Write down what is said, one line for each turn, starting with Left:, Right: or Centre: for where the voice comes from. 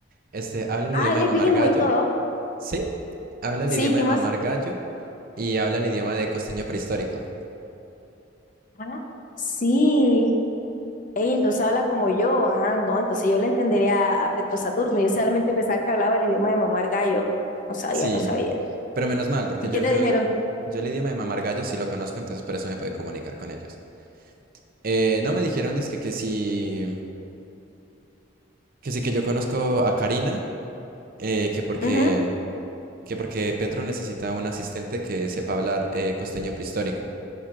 Right: Este, habla el
Left: Ah,
Right: idioma
Left: él
Right: de
Left: es
Right: mamar
Left: bilingüe
Right: gallo
Left: y todo.
Right: Sí, habla
Left: Sí,
Right: el idioma
Left: ¿qué
Right: de
Left: más?
Right: mamar gallo y habla el idioma de costeño prehistórico.
Left: Ah, sí. Ey, entonces habla como yo. Ah, no, entonces yo le entendería a, a Petro Saturno. Yo solamente pensaba que hablaba el idioma de mamar gallo. No sabía,
Right: Sí,
Left: no sabía.
Right: pero menos mal, porque
Left: ¿Y qué
Right: yo,
Left: te
Right: yo,
Left: dijeron?
Right: yo el idioma de mamar gallo sí lo conozco, entonces por eso me pude comunicar con ellos. Eh, no me dijeron dizque que sí, que sí que yo conozco a Karina, eh, que porque,
Left: Ujú.
Right: que porque Petro necesita un asistente que sepa hablar eh, costeño prehistórico.